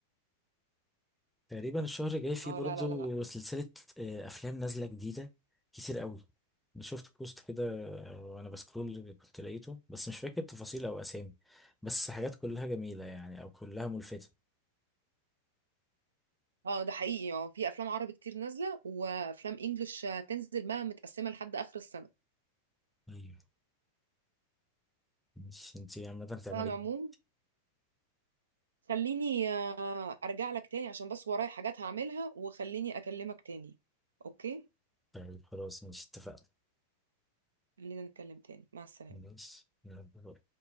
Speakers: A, in the centre; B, on the right.
A: تقريبا الشهر الجاي فيه
B: اه
A: برضه
B: لا لا لا لا
A: سلسلة آه، أفلام نازلة جديدة كتير قوي أنا شفت بوست كده آه، وأنا بسكرول كنت لقيته بس مش فاكر تفاصيل أو أسامي بس حاجات كلها جميلة يعني أو كلها ملفتة
B: اه ده حقيقي اه في افلام عربي كتير نازله وافلام انجلش آه، تنزل بقى متقسمه لحد اخر السنه
A: أيوة ماشي أنتي عامة هتعملي
B: على
A: إيه؟
B: العموم خليني آه، ارجع لك تاني عشان بس ورايا حاجات هعملها وخليني اكلمك تاني اوكي
A: طيب خلاص ماشي اتفقنا
B: خلينا نتكلم تاني مع السلامه
A: ماشي يلا.